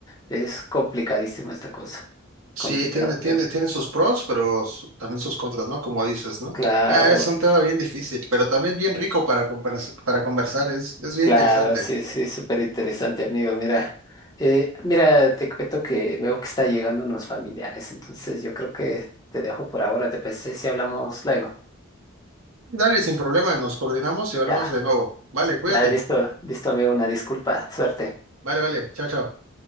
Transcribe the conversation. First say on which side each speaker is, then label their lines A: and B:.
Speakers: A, on the left; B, on the right.
A: Es complicadísima esta cosa.
B: Sí,
A: Complicada,
B: tiene, tiene,
A: amigo.
B: tiene sus pros, pero su- también sus contras, ¿no? Como dices, ¿no?
A: Claro.
B: Ah, es un tema bien difícil, pero también bien rico para, compras- para conversar, es, es bien
A: Claro,
B: interesante.
A: sí, sí, súper interesante, amigo. Mira, eh, mira, te cuento que veo que está llegando unos familiares, entonces yo creo que te dejo por ahora. ¿Te parece si hablamos luego?
B: Dale, sin problema, nos coordinamos y hablamos
A: Ya,
B: de nuevo. Vale, cuídate.
A: ya, listo, listo, amigo, una disculpa, suerte.
B: Vale, vale, chao, chao.